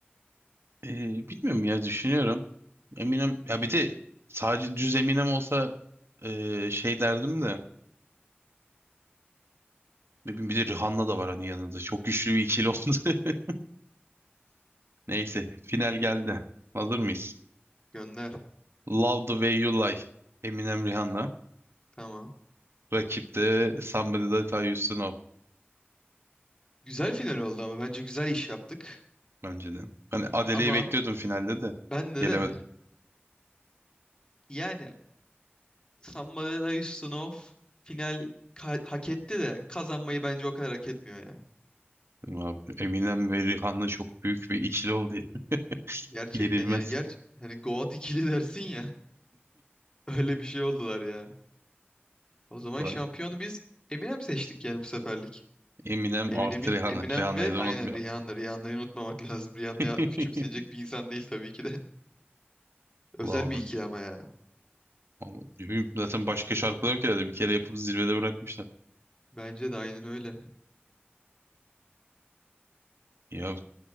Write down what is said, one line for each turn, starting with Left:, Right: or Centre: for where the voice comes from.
Right: Ee, bilmiyorum ya düşünüyorum. Eminem ya bir de sadece düz Eminem olsa ee, şey derdim de ne bir de Rihanna da var hani yanında. Çok güçlü bir ikili oldu. <laughs> Neyse final geldi. Hazır mıyız?
Left: Gönder.
Right: Love the Way You Lie. Eminem Rihanna.
Left: Tamam.
Right: Rakip de Somebody That I Used to Know
Left: Güzel final oldu ama bence güzel iş yaptık.
Right: bence de. Ben Adele'yi
Left: Ama
Right: bekliyordum finalde de
Left: bende
Right: gelemedim.
Left: de yani Somebody I Used to Know final ka- hak etti de kazanmayı bence o kadar hak etmiyor ya.
Right: Dedim Abi, Eminem ve Rihanna çok büyük bir ikili oldu. ya. <laughs>
Left: Gerçekten
Right: Yenilmez.
Left: yani ger hani Goat ikili dersin ya <laughs> öyle bir şey oldular ya. O zaman
Right: Ulan,
Left: şampiyonu biz Eminem seçtik yani bu seferlik.
Right: Eminem
Left: Eminem,
Right: artı Rihanna.
Left: Eminem
Right: Rihanna'yı
Left: ve
Right: da
Left: aynen
Right: unutmayalım.
Left: Rihanna. Rihanna'yı unutmamak <laughs> lazım. Rihanna
Right: <laughs>
Left: ya- küçümsenecek bir insan değil tabii ki de. <laughs> Özel
Right: Lavdır.
Left: bir ikili ama ya.
Right: Ama ne bileyim, zaten başka şarkılar ki herhalde bir kere yapıp zirvede bırakmışlar.
Left: Bence de aynen öyle.
Right: Ya